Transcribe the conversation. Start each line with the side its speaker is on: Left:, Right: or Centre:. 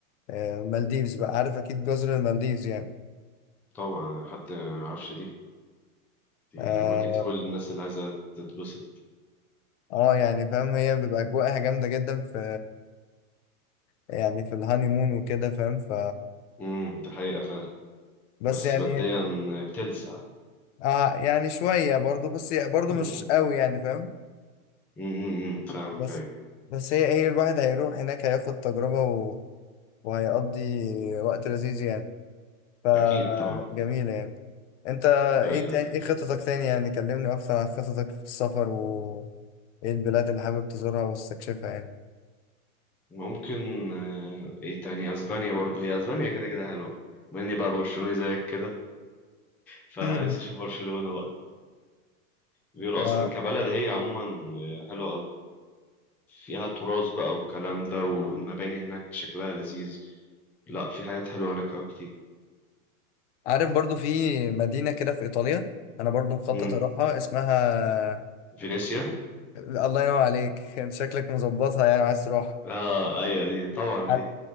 Left: آه، مالديفز بقى عارف اكيد جزر المالديفز يعني
Centre: طبعا حد ما يعرفش دي دي
Left: اه
Centre: واجهة كل الناس اللي عايزة تتبسط
Left: آه، يعني فاهم هي بيبقى اجواءها جامده جدا في يعني في الهانيمون وكده فاهم ف
Centre: امم ده حقيقة فعلا
Left: بس
Centre: بس
Left: يعني
Centre: بديا بتلسع
Left: آه يعني شويه برضو بس برضو
Centre: <laughs>
Left: مش قوي يعني فاهم
Centre: امم فاهمك
Left: بس
Centre: ايوه
Left: بس هي هي الواحد هيروح هناك هياخد تجربة وهيقضي وقت لذيذ يعني فجميلة
Centre: اكيد طبعا
Left: يعني انت
Centre: ايوه
Left: ايه تاني ايه خططك تاني يعني كلمني اكتر عن خططك في السفر و ايه البلاد اللي حابب تزورها واستكشفها يعني
Centre: ممكن آه، ايه تاني اسبانيا برضو هي اسبانيا كده كده حلوة بما اني بقى برشلوني زيك كده فلسه
Left: <laughs>
Centre: اشوف برشلونة بقى بيقولوا
Left: آه،
Centre: اصلا كبلد هي عموما آه، حلوة قوي فيها تراث بقى والكلام ده والمباني هناك شكلها لذيذ لا في حاجات حلوة هناك أوي كتير
Left: عارف برضو في مدينة كده في إيطاليا أنا برضو مخطط
Centre: امم
Left: أروحها اسمها
Centre: فينيسيا
Left: الله ينور عليك <laughs> أنت شكلك مظبطها يعني عايز تروح
Centre: اه ايوه دي طبعا
Left: عارف-
Centre: دي